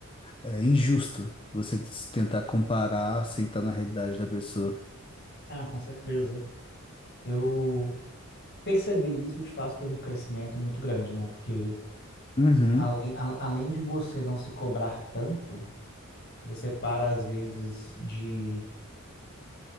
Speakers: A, on the left; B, on the left.
A: é, injusto você tentar comparar sem estar na realidade da pessoa.
B: Ah, com certeza. Eu perceber isso te faz ter um crescimento muito grande, né? Porque
A: Uhum,
B: além, a- além de você não se cobrar tanto, você para às vezes de,